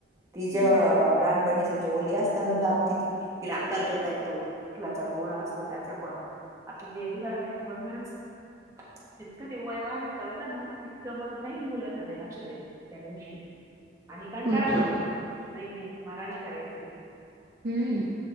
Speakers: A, on the right; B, on the right.
A: ती जेव्हा
B: हम्म
A: लहानपणी म्हजे ओली असताना दाबति ती तिला आकार देता येतो चीकलाचा गोळा असतो त्याचा पण, आता जे उदारण ठेव मननारच <inaudible> जितकं ते वय वाढत चालतं ना तितकं मग नाही मुलं झाले लक्ष देत त्या दिवशी आणि कंटाळा
B: हम्म
A: पण येतो मग नाही नाही मला नाही करायच.
B: हम्म